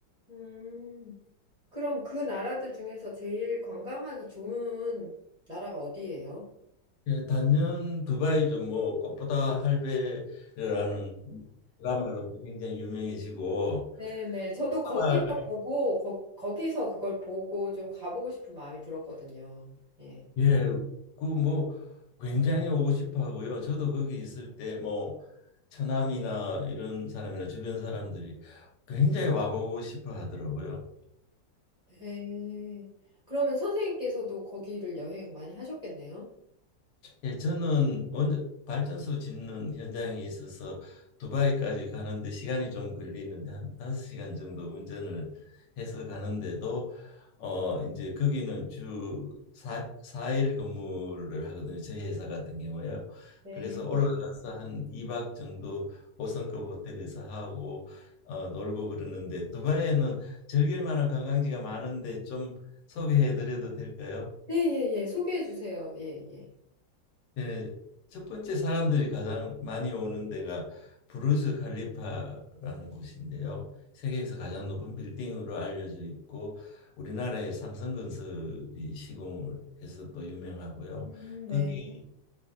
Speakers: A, on the right; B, on the left.
A: 음, 그럼 그 나라들 중에서 제일 관광하기 좋은 나라가 어디예요?
B: 예, 단연 두바이죠. 뭐 꽃보다 할배라는 드라마로 굉장히 유명해지고
A: 네네. 저도 거기서
B: 아마
A: 보고, 거, 기서 그걸 보고 좀 가보고 싶은 마음이 들었거든요. 예.
B: 예, 그 뭐 굉장히 오고 싶어 하고요. 저도 거기 있을 때 뭐 처남이나 이런 사람이나 주변 사람들이 굉장히 와보고 싶어 하더라고요.
A: 네. 그러면 선생님께서도 거기를 여행 많이 하셨겠네요?
B: 예, 저는 원전 발전소 짓는 현장에 있어서 두바이까지 가는데 시간이 좀 걸리는데 한 다섯 시간 정도 운전을 해서 가는데도 어 이제 거기는 주사사일 근무를 하거든요. 저희 회사 같은 경우에요.
A: 네.
B: 그래서 올라가서 한이박 정도 5성급 호텔에서 하고 어 놀고 그러는데 두바이에는 즐길 만한 관광지가 많은데 좀 소개해 드려도 될까요?
A: 네, 예, 예. 소개해 주세요. 예, 예.
B: 네, 첫 번째 사람들이 가장 많이 오는 데가 부르즈 칼리파라는 곳인데요. 세계에서 가장 높은 빌딩으로 알려져 있고 우리나라의 삼성건설이 시공을 해서 또 유명하고요.
A: 음, 네.
B: 거기